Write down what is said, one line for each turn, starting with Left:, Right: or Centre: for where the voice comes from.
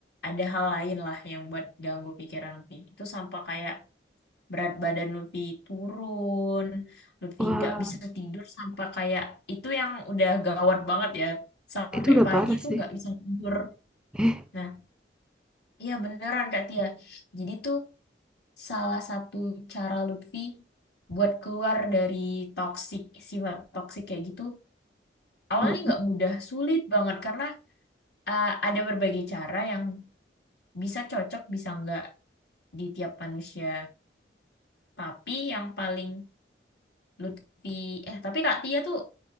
Left: ada hal lain lah yang buat ganggu pikiran Lutfi itu sampai kayak berat badan Lutfi turun Lutfi
Centre: Wah,
Left: nggak bisa tidur sampai kayak itu yang udah gawat banget ya sampai
Centre: itu udah
Left: pagi
Centre: parah
Left: tuh
Centre: sih.
Left: nggak bisa tidur
Centre: Eh,
Left: nah iya beneran Kak Tia jadi tuh salah satu cara Lutfi buat keluar dari toksik sifat toksik kayak gitu awalnya
Centre: Mm-mm.
Left: nggak mudah sulit banget karena uh, ada berbagai cara yang bisa cocok bisa nggak di tiap manusia tapi yang paling Lutfi eh tapi Kak Tia tuh